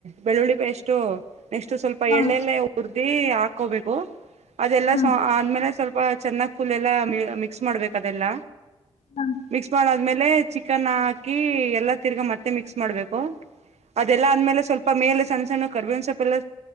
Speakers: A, on the right; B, on the left.
A: ಬೆಳ್ಳುಳ್ಳಿ ಎಷ್ಟು ನೆಕ್ಸ್ಟ್ ಸ್ವಲ್ಪ
B: ಹಾಂ
A: ಎಳ್ಳೆಲ್ಲೇ ಉ <unintelligible> ಅದೇ ಹಾಕೋಬೇಕು ಅದೆಲ್ಲ
B: ಹಾಂ
A: ಆದ್ಮೇಲೆ ಸ್ವಲ್ಪ ಬ <unintelligible> ಚೆನ್ನಾಗಿ ಫುಲ್ ಎಲ್ಲ ಮಿಕ್ಸ್ ಮಾಡ್ಬೇಕು ಅದೆಲ್ಲ
B: ಹಾಂ
A: ಮಿಕ್ಸ್ ಮಾಡಾದ್ಮೇಲೆ ಚಿಕನ್ ಹಾಕಿ ಎಲ್ಲಾ ತಿರ್ಗಾ ಮತ್ತೆ ಮಿಕ್ಸ್ ಮಾಡ್ಬೇಕು ಅದೆಲ್ಲಾ ಅಂದ್ಮೇಲೆ ಸ್ವಲ್ಪ ಮೇಲೆ ಸಣ್ಣ ಸಣ್ಣ ಕರ್ಬೇವ ಸೊಪ್ ಎಲ್ಲ